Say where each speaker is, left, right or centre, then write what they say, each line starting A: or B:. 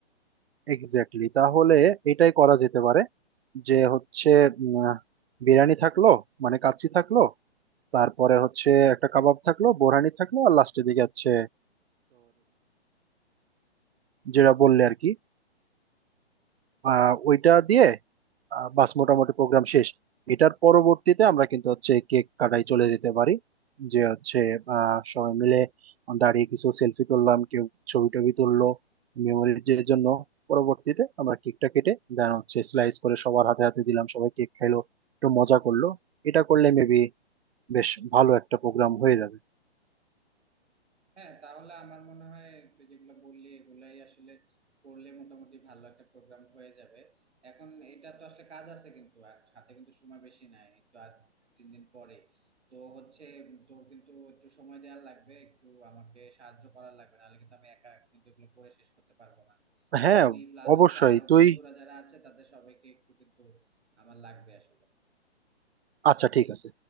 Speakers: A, on the right; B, on the right.
A: এক্স্যাক্টলি তাহলে এটাই করা যেতে পারে যে হচ্ছে উম, আহ, বিরিয়ানি থাকলো মানে কাচ্চি থাকলো তারপরে হচ্ছে একটা কাবাব থাকলো বোরহানি থাকলো আর লাস্টের দিকে আছে যেটা বললে আর কি আহ, ওইটা দিয়ে আহ, বাস মোটামুটি প্রোগ্রাম শেষ এটার পরবর্তীতে আমরা কিন্তু হচ্ছে কেক কাটাই চলে যেতে পারি যে হচ্ছে আহ, সবাই মিলে দাঁড়িয়ে কিছু সেলফি তুললাম কেউ ছবি টবি তুললো মেমোরির জন্য পরবর্তীতে আমরা কেকটা কেটে দেন হচ্ছে স্লাইস করে সবার হাতে হাতে দিলাম সবাই কেক খাইলো একটু মজা করলো এটা করলে মেবি বেশ ভালো একটা প্রোগ্রাম হয়ে যাবে
B: হ্যাঁ তাহলে আমার মনে হয় তুই যেগুলো বললি এগুলাই আসলে করলে মোটামুটি ভালো একটা প্রোগ্রাম হয়ে যাবে এখন এটা তো আসলে কাজ আছে কিন্তু আর হাতে কিন্তু সময় বেশি নাই এই তো আর তিন দিন পরে তো হচ্ছে তোর কিন্তু একটু সময় দেওয়া লাগবে একটু আমাকে সাহায্য করার লাগবে নাহলে কিন্তু আমি একা কিন্তু এগুলো করে শেষ করতে পারবো না
A: হ্যাঁ
B: তো তুই প্লাস
A: অবশ্যই
B: হচ্ছে আরো
A: তুই
B: বন্ধুরা যারা আছে তাদের সবাইকে একটু কিন্তু আমার লাগবে আসলে
A: আচ্ছা ঠিক আছে